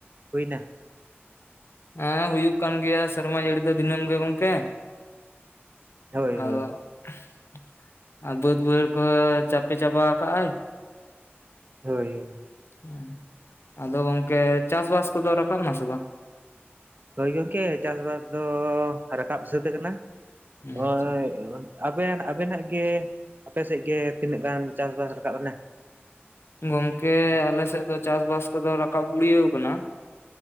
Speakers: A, on the right; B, on the left.
A: ᱦᱩᱭᱱᱟ?
B: ᱮᱸ ᱦᱩᱭᱩᱜ ᱠᱟᱱ ᱜᱮᱭᱟ ᱥᱮᱨᱢᱟ ᱡᱟᱹᱲᱤ ᱫᱚ ᱫᱤᱱᱟᱹᱢ ᱜᱮ ᱜᱚᱝᱠᱮ।
A: ᱦᱳᱭ
B: ᱟᱫᱚ
A: ᱦᱳᱭ
B: ᱼᱼ ᱟᱨ ᱵᱟᱹᱫᱽ ᱵᱟᱹᱭᱦᱟᱹᱲ ᱠᱚᱭ ᱪᱟᱯᱮ ᱪᱟᱵᱟ ᱠᱟᱜᱼ ᱟᱭ।
A: ᱦᱳᱭ ᱦᱳᱭ
B: ᱦᱮ ᱟᱫᱚ ᱜᱚᱝᱠᱮ ᱪᱟᱥᱼᱵᱟᱥ ᱠᱚ ᱫᱚ ᱨᱟᱠᱟᱵ ᱱᱟᱥᱮ ᱵᱟᱝ?
A: ᱦᱳᱭ ᱜᱚᱝᱠᱮ ᱪᱟᱥᱼᱵᱟᱥ ᱫᱚ ᱨᱟᱠᱟᱵ ᱥᱟᱹᱛ ᱟᱠᱟᱱᱟ ᱱᱚᱜᱚᱭ
B: ᱟᱪᱪᱷᱟ
A: ᱟᱵᱮᱱ ᱟᱵᱮᱱᱟᱜ ᱜᱮ ᱟᱯᱮᱥᱮᱫ ᱜᱮ ᱛᱤᱱᱟᱹᱜ ᱜᱟᱱ ᱪᱟᱥᱼᱵᱟᱥ ᱨᱟᱠᱟᱵ ᱮᱱᱟ?
B: ᱜᱚᱢᱠᱮ ᱟᱞᱮ ᱥᱮᱫ ᱫᱚ ᱪᱟᱥᱼᱵᱟᱥ ᱠᱚ ᱫᱚ ᱨᱟᱠᱟᱵ ᱜᱩᱲᱭᱟᱹᱣ ᱠᱟᱱᱟ ᱾